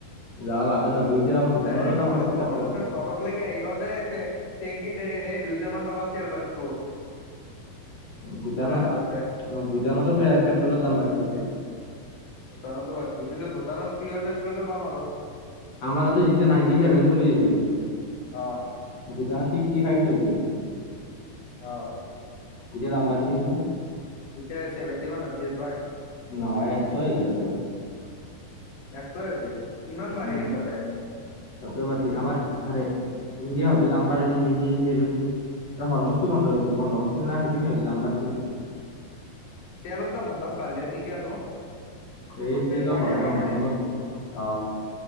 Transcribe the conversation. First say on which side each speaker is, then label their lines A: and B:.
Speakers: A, on the left; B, on the left.
A: যাৱা লাভে নহব এতিয়া ভূটানৰো
B: এ ঘৰ
A: দাম বাঢ়ছি
B: ঘৰ
A: পেট্ৰল
B: ঘৰক লৈকে আহি পাওঁতে টেংকিত সেই দুই টকা মান তেল বাছিব।
A: ভূটানত
B: আহোতে
A: অ' ভূটানতো পেট্ৰলৰ দাম বাঢ়িছে এতিয়া।
B: ভূটানতো বাঢ়িছে কিন্তু ভূটানত প্ৰীয়ৰ পেট্ৰলটো পাম আৰু।
A: আমাৰ তাতে যেতিয়া নাইনটি চছেভেন চলি আছিল
B: অ
A: ভূটানত ছিক্সটি ফাইভ চলিছিল।
B: অ'।
A: তেতিয়া দাম বাঢ়িছিলেটো।
B: এতিয়া চছেভেণ্টি মান হৈছে পায়।
A: নহয় একশয়ে সিহঁতৰ।
B: একশয়ে আছে ইমান বাঢ়ি
A: উম
B: গেল তাতে।
A: তাতেও পাৰছে আমাৰ হাৰে ইণ্ডিয়া হয়তো দাম বাঢ়ে দিছি বেছি সেইদেখি আৰু হৰমুজটো বন্ধ হৈছিল। বন্ধ কৰিছিল না সেইখিনি হয়তো দাম বাঢ়িছিল।
B: তেলৰ দাম হঠাৎ বাঢ়লা যি কিয়নো।
A: এই ষ্ট্ৰেইট
B: কাজিয়াৰ
A: অৱ হৰ
B: কাৰণে
A: হৰম
B: নেকি
A: অ'